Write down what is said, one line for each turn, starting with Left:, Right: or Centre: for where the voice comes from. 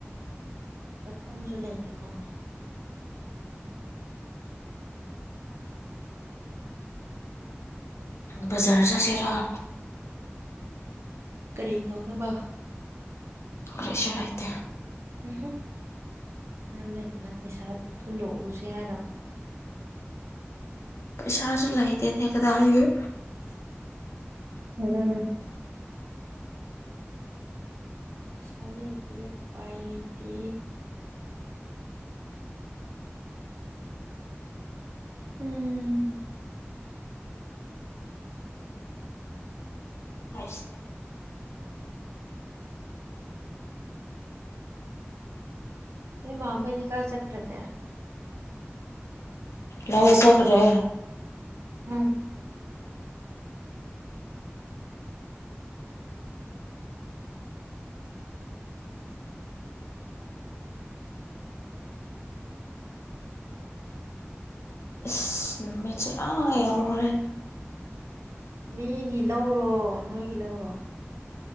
Right: ꯆꯠꯐꯝꯁꯨ ꯂꯩꯇꯦꯀꯣ
Left: ꯕꯖꯥꯔ ꯆꯠꯁꯤꯔ‌ꯣ
Right: ꯀꯔꯤ ꯇꯧꯅꯕ
Left: ꯀꯔꯤꯁꯨ ꯂꯩꯇꯦ
Right: ꯎꯝꯍꯨꯝ ꯃꯔꯝ ꯂꯩꯇꯅ ꯄꯩꯁꯥ ꯊꯨꯟꯗꯣꯛꯎꯁꯤ ꯍꯥꯏꯔꯣ
Left: ꯄꯩꯁꯥꯁꯨ ꯂꯩꯇꯦꯅꯦ ꯀꯗꯥꯏꯗꯩ
Right: ꯑꯗꯨꯅ‌ꯦ ꯄꯩꯁꯥ ꯂꯩꯇꯦ ꯎꯄꯥꯏ ꯂꯩꯇꯦ ꯎꯝ
Left: ꯑꯣꯖꯥꯅꯤ <unintelligible> <unintelligible>
Right: ꯅ‌ꯣꯏ ꯃꯥꯈꯣꯏꯗꯤ ꯀꯥꯏ ꯆꯠꯈ꯭ꯔꯒꯦ
Left: ꯂꯧ ꯆꯠꯈ꯭ꯔꯦ
Right: ꯎꯝ
Left: ꯑꯁ ꯅꯨꯃꯤꯠꯁꯦ ꯑꯥ ꯌꯧꯈ꯭ꯔꯦ
Right: ꯃꯤꯒꯤ ꯂꯧꯔꯣ ꯅꯣꯏꯒꯤ ꯂꯧꯔꯣ